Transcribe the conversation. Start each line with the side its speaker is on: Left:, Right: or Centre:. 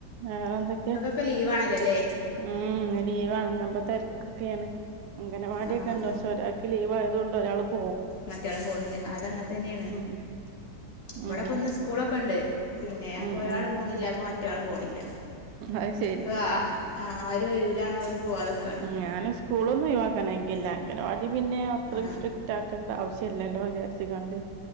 Right: വേറെ എന്തൊക്കെയാ
Left: ഒക്കെ ലീവ് ആണല്ലോ അല്ലേ
Right: ഉം ലീവാണ് ഇനിപ്പ തിരക്കൊക്കെയാണ് അങ്കണവാടിയൊക്കെ
Left: ആഹ്
Right: ഉണ്ട് പക്ഷെ ഒരാൾക്ക് ലീവയതുകൊണ്ട് ഒരാളു പോയില്ല
Left: മറ്റയാളും പോണില്ല അതങ്ങെന തന്നെയാണ്
Right: ഉം
Left: ഇവിടെപ്പൊ
Right: ഉം
Left: ഇന്ന് സ്കൂളൊക്കെ ഉണ്ട് പിന്നെ അപ്പൊ
Right: ഉം
Left: ഒരാൾ
Right: ഉം
Left: പോണില്ല അപ്പൊ മറ്റയാളും പോണില്ല
Right: അത് ശരി
Left: ഇപ്പൊ ആരും വരൂല എന്ന് പറഞ്ഞു പോവാതെ നിക്കെയാണ്
Right: ഞാൻ സ്കൂളിൽ ഒന്നും ഒഴിവാക്കണില്ല അംഗൻവാടി പിന്നെ അത്ര
Left: ആ
Right: സ്ട്രിക്ട് ആക്കണ്ട ആവശ്യ ചെല്ലല്ലോ വിചാരിച്ചോണ്ട